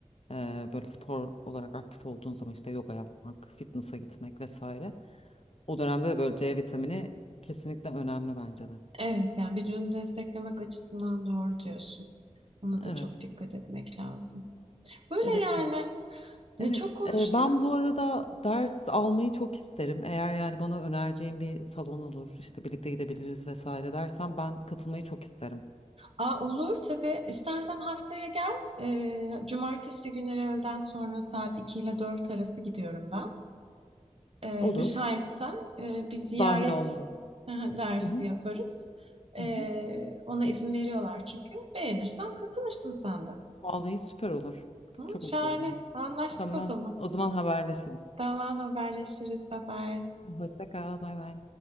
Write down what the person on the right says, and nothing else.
Evet yani vücudunu desteklemek açısından doğru diyorsun. Ona da
çok dikkat etmek lazım. Böyle
yani. Ne
çok konuştuk.
Aa, olur tabii. İstersen haftaya gel. Ee, cumartesi günleri öğleden sonra saat 2 ile 4 arası gidiyorum ben. E,
müsaitsen e, bir ziyaret
<laughs> dersi
yaparız. E,
ona izin veriyorlar çünkü. Beğenirsen katılırsın sen de.
Hı,
şahane.
Anlaştık
o zaman.
Tamam haberleşiriz. Bye bye.